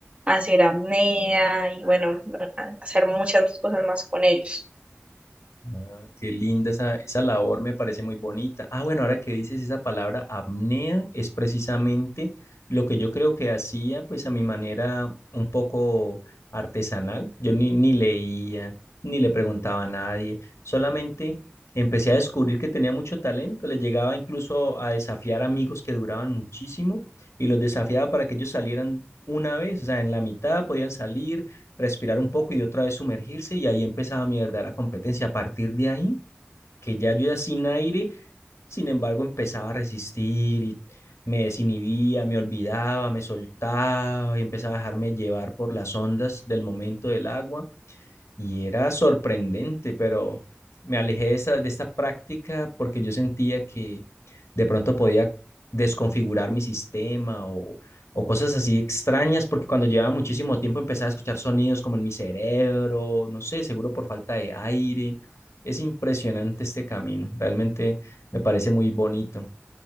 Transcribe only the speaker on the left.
Ah, qué linda esa, esa labor, me parece muy bonita. Ah, bueno, ahora que dices esa palabra apnea, es precisamente lo que yo creo que hacía, pues a mi manera un poco artesanal. Yo ni, ni leía, ni le preguntaba a nadie, solamente empecé a descubrir que tenía mucho talento. Le llegaba incluso a desafiar amigos que duraban muchísimo y los desafiaba para que ellos salieran una vez, o sea, en la mitad podían salir respirar un poco y otra vez sumergirse y ahí empezaba mi verdadera competencia. A partir de ahí, que ya yo ya sin aire, sin embargo, empezaba a resistir y me desinhibía, me olvidaba, me soltaba y empezaba a dejarme llevar por las ondas del momento del agua y era sorprendente, pero me alejé de esa, de esta práctica porque yo sentía que de pronto podía desconfigurar mi sistema o, o cosas así extrañas, porque cuando llevaba muchísimo tiempo empezaba a escuchar sonidos como en mi cerebro, no sé, seguro por falta de aire. Es impresionante este camino, realmente me parece muy bonito.